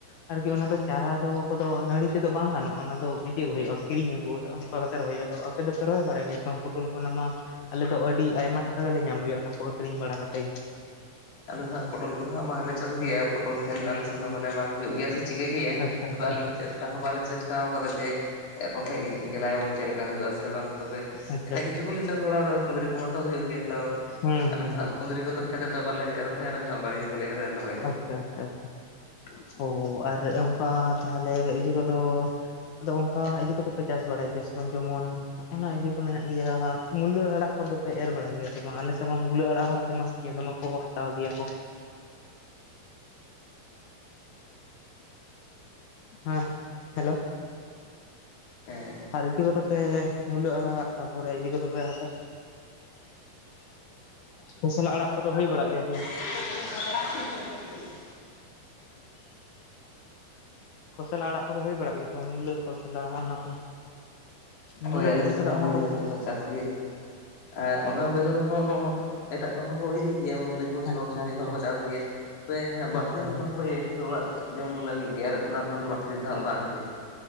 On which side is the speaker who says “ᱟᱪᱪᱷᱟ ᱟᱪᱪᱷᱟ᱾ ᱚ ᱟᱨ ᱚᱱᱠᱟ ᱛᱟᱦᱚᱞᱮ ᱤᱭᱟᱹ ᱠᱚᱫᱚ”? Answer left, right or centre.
Left